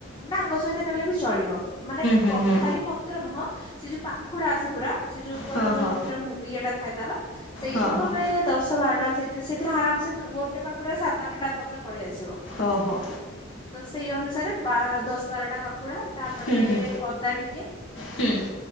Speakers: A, on the left; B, on the left.
A: ଡାଙ୍ଗ ସହିତ ନେଲେ ବି ଚଳିବ ମାନେ
B: ହୁଁ
A: ପ
B: ହୁଁ
A: ଖାଲି ପ ତ୍ର ନୁହଁ ସେ ଯୋଉ ପାଖୁଡା ଆସେ ପୁରା ସେ ଯୋଉ ଉପର
B: ହଁ ହଁ
A: ଯୋଉ ପୁରା ମୁଁ ଇଏଟା ଥାଏ ତାର ସେଇଥିରୁ
B: ହଁ ହଁ
A: ଆମେ ଦଶ ବାରଟା ସେଇଥିରେ ସେଇଥିରେ ଆରାମ ସେ ଗୋଟେ ପାଖୁଡରେ ସାତ ଆଠଟା ପତ୍ର ପଳେଇ ଆସିବ।
B: ଓହୋ।
A: ତ ସେଇ ଅନୁସାରେ ବା ଦଶ ବାରଟା ପାଖୁଡା ତାପରେ
B: ହୁଁ ହୁଁ
A: ଅଦା ଟିକେ
B: ହୁଁ